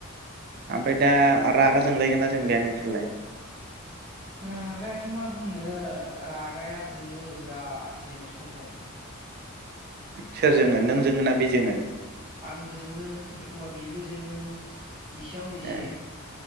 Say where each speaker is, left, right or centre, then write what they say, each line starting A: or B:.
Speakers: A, on the right (about 45°); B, on the right (about 20°).
A: ओमफ्राय दा रागा जोंलायगोना जोंलाया नोंसोरलाय?
B: रागायाथ मा बुंनो रागाया जोङो बिराद जोङो सम सम
A: सोर
B: फागलासो
A: जोङो नों जोङो ना बे जोङो
B: आंबो जोङो एखमबा बेबो जोङो इसेयावनो इसे
A: ए